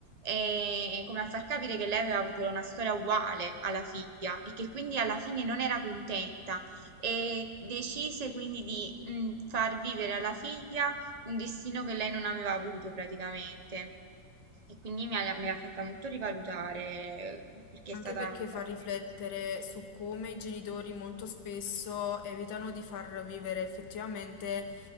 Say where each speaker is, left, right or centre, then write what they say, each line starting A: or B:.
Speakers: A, on the right; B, on the left.
A: E come a far capire che lei aveva avuto una storia uguale alla figlia e che quindi alla fine non era contenta e decise quindi di mm, far vivere alla figlia un destino che lei non aveva avuto praticamente. E quindi mi ha, mi ha fatta molto rivalutare eh, perché è
B: Anche
A: stata
B: perché
A: alla
B: fa riflettere
A: fine.
B: su come i genitori molto spesso evitano di far vivere effettivamente